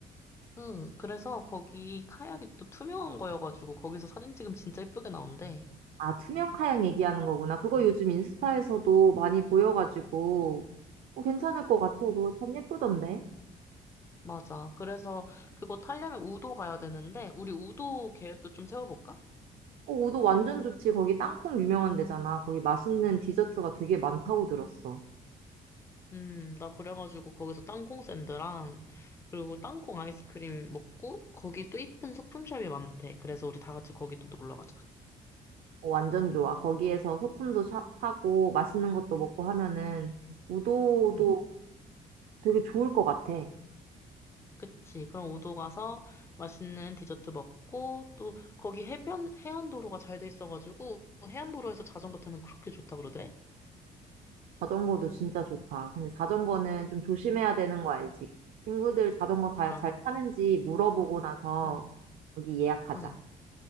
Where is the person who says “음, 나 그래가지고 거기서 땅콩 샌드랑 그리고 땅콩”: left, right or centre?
Left